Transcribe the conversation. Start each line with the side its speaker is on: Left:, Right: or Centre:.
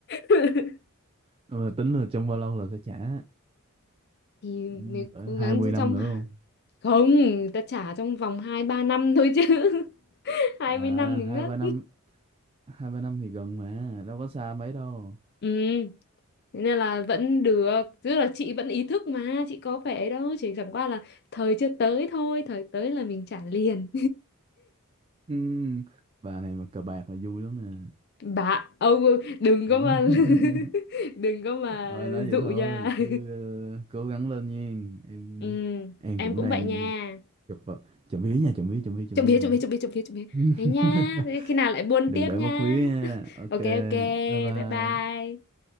Left: <laughs>
Right: Mà tính là trong bao lâu là sẽ trả?
Left: thì
Right: Ừ,
Left: nếu
Right: Cỡ
Left: cố gắng
Right: 20 năm
Left: trong
Right: nữa không?
Left: không ta trả trong vòng hai ba năm thôi chứ <laughs> hai
Right: À,
Left: mươi năm thì ngất
Right: hai ba năm, hai ba năm thì gần mà, đâu có xa mấy đâu.
Left: ừ thế nên là vẫn được tức là chị vẫn ý thức mà chị có vẻ đâu chỉ chẳng qua là thời chưa tới thôi thời tới là mình trả liền
Right: Ừ, bà này mà cờ bạc là vui lắm nè.
Left: <laughs> bà ông đừng có
Right: Ừ.
Left: mà
Right: <laughs>
Left: <laughs> đừng có mà
Right: Thôi nói vậy
Left: dụ
Right: thôi
Left: nha
Right: chứ ờ, cố gắng lên nha. Em
Left: <laughs> ừ
Right: em
Left: em
Right: cũng
Left: cũng
Right: đang
Left: vậy nha
Right: chật vật. Chậm vía nha, chậm vía, chậm vía, chậm
Left: trộm
Right: vía,
Left: vía
Right: chậm
Left: trộm
Right: vía.
Left: vía trộm vía trộm vía trộm vía
Right: <laughs>
Left: thế nha thế khi nào lại buôn
Right: đừng
Left: tiếp
Right: để
Left: nha
Right: mất ví nha
Left: <laughs>
Right: ok
Left: ok ok
Right: bye bye
Left: bye bye